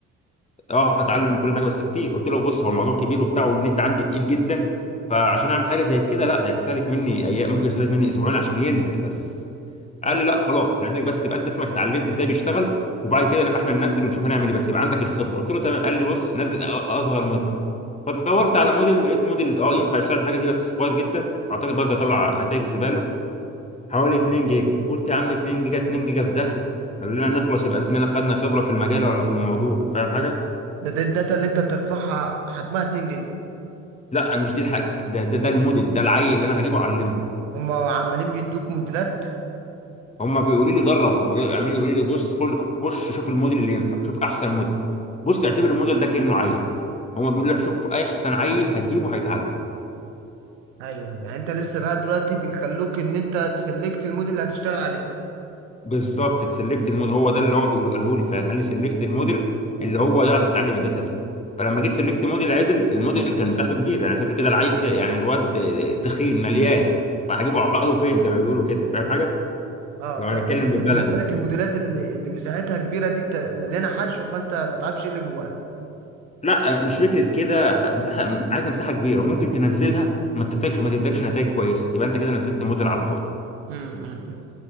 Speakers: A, on the left; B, on the right.
A: اه هتعلم من كل حاجه بس كتير قلت له بص هو الموضوع كبير وبتاع والنت عندي تقيل جدا فعشان اعمل حاجه زي كده لا ده هتستهلك مني ايام ممكن يستهلك مني اسبوعين عشان ينزل بس قال
B: اه
A: لي لا خلاص انا عايزك بس تبقى انت اسمك اتعلمت ازاي بيشتغل وبعد كده نبقى احنا ننزل ونشوف هنعمل ايه بس يبقى عندك الخبره قلت له تمام قال لي بص نزل أ- اصغر موديل فدورت على موديل لقيت موديل اه ينفع يشتغل الحاجه دي بس صغير جدا اعتقد برضه هيطلع نتائج زباله حوالي 2 جيجا قلت يا عم 2 جيجا 2 جيجا في داهيه خلينا نخلص يبقى اسمنا خدنا خبره في المجال ولا في الموضوع فاهم حاجه
B: ده, ده الداتا اللي انت ترفعها حجمها 2 جيجا
A: لا مش دي الحاجه ده ده, ده الموديل ده العيل اللي انا هجيبه اعلمه
B: هم عمالين بيدوك موديلات
A: هم بيقولوا لي جرب ويقولوا- عمالين يقولوا لي بص كل خش شوف الموديل اللي ينفع شوف احسن موديل بص اعتبر الموديل ده كانه عيل هم بيقولوا لي شوف اي احسن عيل هتجيبه هيتعلم
B: ايوه ايوه يعني انت لسه لغايه دلوقتي بيخلوك ان انت تسلكت الموديل اللي هتشتغل عليه
A: بالظبط تسلكت الموديل هو ده اللي هو بيقول- قاله لي فعلا قال لي سلكت الموديل اللي هو يعرف يتعلم الداتا دي فلما جيت سلكت موديل عدل الموديل كان مساحته كبيره يعني زي ما بتقول كده العيل ساق يعني الواد تخين مليان فهجيبه عقله فين زي ما بيقولوا كده فاهم حاجه
B: اه
A: لو
B: فانت
A: هنتكلم بالبلدي
B: بالنسبه لك الموديلات اللي اللي مساحتها كبيره دي ت- مليانه حشو فانت ما تعرفش ايه اللي جواها
A: لا مش فكره كده ه- مساحه عايز مساحه كبيره وممكن تنزلها ما تدكش ما تدكش نتائج كويسه يبقى انت كده نزلت موديل على الفاضي
B: امم